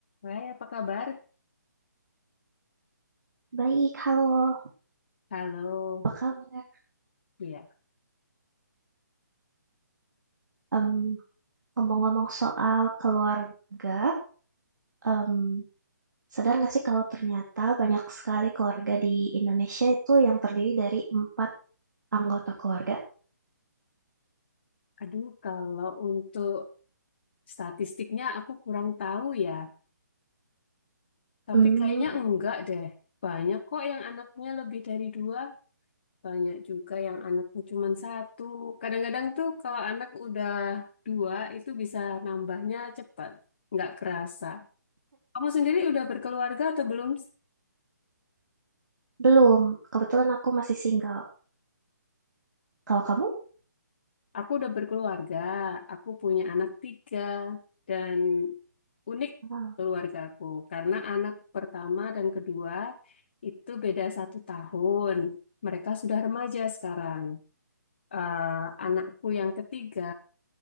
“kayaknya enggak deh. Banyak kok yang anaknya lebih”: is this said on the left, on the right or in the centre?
Left